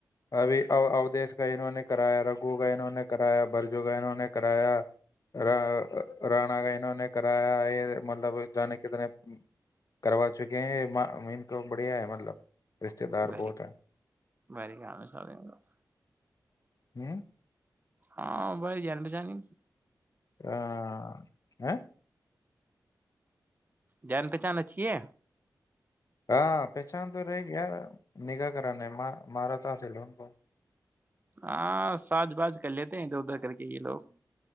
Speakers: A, on the left; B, on the right.
A: ابھی اوودیش کا انہوں نے کرایا رگو کا انہوں نے کرایا برجو کا انہوں نے کرایا رناا کا انہوں نے کرایا یہ مطلب جانے کتنے کروا چکی یہ مین تو بڑھیا ہے مطلب <unintelligible>
B: ب
A: بہت ہے
B: بکام سم <unintelligible>
A: ہوں <unintelligible>
B: ہاں بائی جان پچانی
A: آ ہ <unintelligible>
B: جان پہچان اچھیے
A: ہاں پہچان تو رہے گ ار نگا کراننے مار تو آےل ان کو
B: ہاں سج باز کر لیتے ہیں ادھر ادھر کر کے یہ لوگ